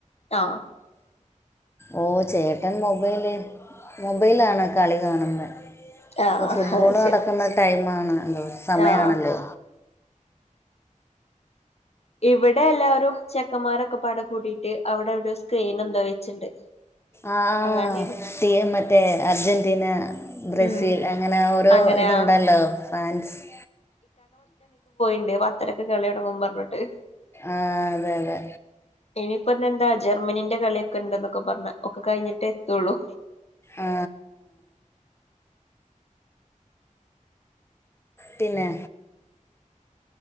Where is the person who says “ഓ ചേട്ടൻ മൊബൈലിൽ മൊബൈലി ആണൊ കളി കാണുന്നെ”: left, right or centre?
Left